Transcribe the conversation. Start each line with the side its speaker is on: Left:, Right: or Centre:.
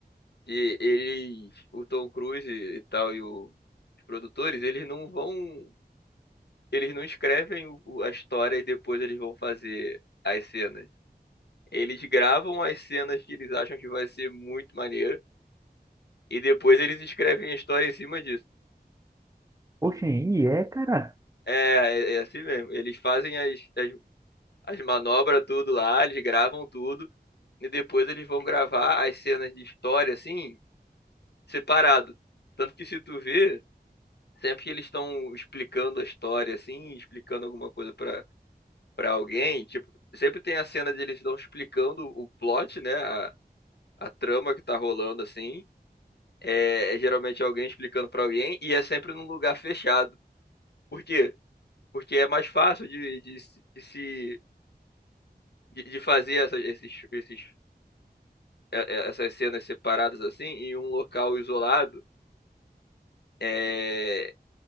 Left: que eles, o Tom Cruise e, e tal, e o, os produtores, eles não vão eles não escrevem o- o- a história e depois eles vão fazer as cenas. Eles gravam as cenas que eles acham que vai ser muito maneiro e depois eles escrevem a história em cima disso.
Right: poxa, e é, cara?
Left: É, é, é assim mesmo. Eles fazem as, as, as manobras tudo lá, eles gravam tudo e depois eles vão gravar as cenas de história assim, separado. Tanto que se tu vê, sempre que eles estão explicando a história assim, explicando alguma coisa pra pra alguém, tipo, sempre tem a cena de eles estão explicando o plot, né? A, a trama que tá rolando assim. É, é geralmente alguém explicando pra alguém e é sempre num lugar fechado. Por quê? Porque é mais fácil de, de, se- de se de, de fazer essa- esses, esses, é- é- essas cenas separadas assim em um local isolado. É,